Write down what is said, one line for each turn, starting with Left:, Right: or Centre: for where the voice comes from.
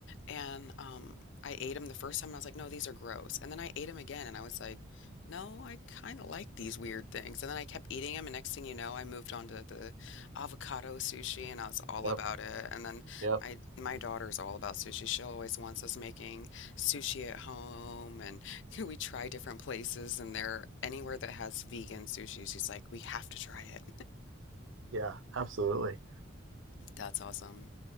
Left: and um, I ate them the first time and I was like, no, these are gross. And then I ate them again and I was like, no, I kind of like these weird things. And then I kept eating them. And next thing you know, I moved on to the avocado sushi and I was all
Right: Yep.
Left: about it. And then
Right: Yep.
Left: my, my daughter's all about sushi. She always wants us making sushi at home. And <laughs> we try different places and they're anywhere that has vegan sushi, she's like, we have to try it.
Right: Yeah. Absolutely.
Left: That's awesome.